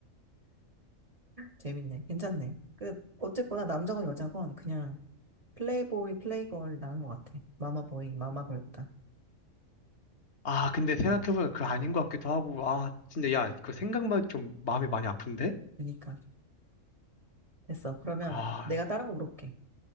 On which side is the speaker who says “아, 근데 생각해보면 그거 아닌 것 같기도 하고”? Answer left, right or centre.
Left